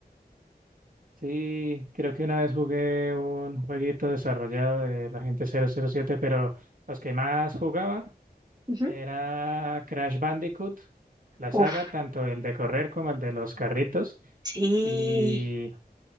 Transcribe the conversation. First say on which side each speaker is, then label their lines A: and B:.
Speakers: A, on the right; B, on the right.
A: Sí, creo que una vez jugué un jueguito desarrollado de la gente cero cero siete pero los que más jugaba
B: Ujú.
A: era Crash Bandicoot, la
B: Uf,
A: saga, tanto el de correr como el de los carritos
B: sí,
A: y